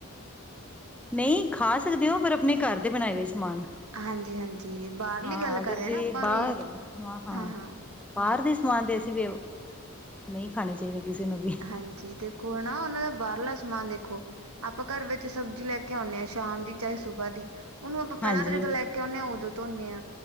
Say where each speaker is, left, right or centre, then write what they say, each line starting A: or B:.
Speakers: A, in the centre; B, on the right.
A: ਨਹੀਂ, ਖਾ ਸਕਦੇ ਹੋ ਪਰ, ਆਪਣੇ ਘਰ ਦੇ ਬਣਾਏ ਹੋਏ ਸਮਾਨ
B: ਹਾਂਜੀ ਹਾਂਜੀ ਬਾਹਰਲੀ
A: ਹਾਂ,
B: ਗੱਲ
A: ਅਗਰ
B: ਕਰ ਰਹੇ
A: ਜੇ
B: ਨਾ ਆਪਾਂ
A: ਬਾਹਰ
B: ਵੀ
A: ਹਾਂ-ਹਾਂ
B: ਹਾਂ ਹਾਂ
A: ਬਾਹਰ ਦੇ ਸਮਾਨ ਦੇ, ਅਸੀਂ ਵੀ, ਨਹੀਂ ਖਾਣੇ ਚਾਹੀਦੇ ਕਿਸੇ ਨੂੰ ਵੀ
B: ਹਾਂਜੀ, ਦੇਖੋ ਨਾ ਉਹਨਾਂ ਦਾ, ਬਾਹਰਲਾ ਸਮਾਨ ਦੇਖੋ ਆਪਾਂ ਘਰ ਵਿੱਚ, ਸਬਜ਼ੀ ਲੈ ਕੇ ਆਉਂਦੇ ਹਾਂ ਸ਼ਾਮ, ਦੀ ਚਾਹੇ ਸੁਬਾਹ ਦੀ ਉਹਨੂੰ ਆਪਾ, ਪਹਿਲਾਂ
A: ਹਾਂਜੀ
B: ਤਾਂ ਜਦੋਂ ਲੈ ਕੇ ਆਉਂਦੇ ਆ, ਉਦੋਂ ਧੋੋਂਣੇ ਆ